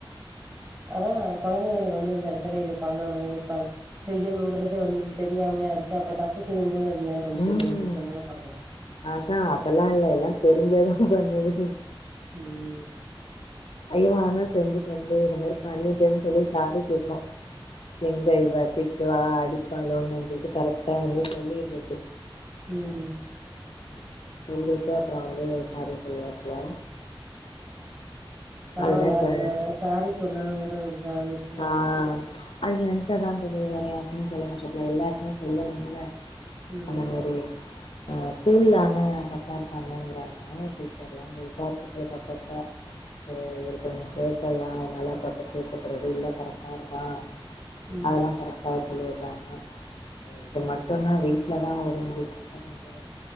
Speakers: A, on the right; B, on the left.
A: அதா கொழந்தைங்களுக்கு வந்து இந்த எடத்துல இது பண்ணணு இது பண் செய்யணுங்கறத வந்து தெரியாமையா இருக்கு அப்ப தப்பு செய்யும்போது அது ஏ தோழி
B: ம்
A: தெரிய மாட்டது சொல்லுங்க பாக்கலா
B: அதா அதெல்லா இல்ல எல்லா தெரிஞ்சதா பண்ணுது
A: ம்
B: ஐயோ ஆனா செஞ்சுட்டு வந்து இந்த மாரி பண்ணிட்டேன்னு சொல்லி சாரி கேக்கூ எங்க இவ திட்டுவா அடிப்பாலோனு நெனச்சக்கிட்டு கரெக்டா வந்து சொல்லிட்றது
A: ம்
B: ம் சொல்லிட்டு அப்ற வந்து சாரி சொல்லுவாப்புல
A: பரவால்ல
B: அதுதா இப்ப
A: அந்த சாரி சொல்லணுங்கிற ஒரு இதாவு இருக்கு
B: ஆ அது என்ட்டதா தோழி வேற யாரிட்டயையு சொல்ல மாட்ராப்புல எல்லார்ட்டயையு சொல்லணும்ல
A: ம்.
B: அந்த மாரி ஆ ஸ்கூல்ல ஆன கறக்டா இருப்பாங்கங்கறாங்க டீச்சர் எல்லா அங்க விசாரிச்சுட்டு அப்பப்ப ஓ ஒரு கண்ணு சேகக்கையா அதனால பக்கத்து விட்டு <unintelligible> ஒரு இது இல்ல கரெக்ட்டா இருக்கா
A: ம்.
B: அதெல்லா கரெக்டா சொல்லிறாங்க இது மட்டுந்தா வீட்லதா உஞ்சு சத்த பண்றாரு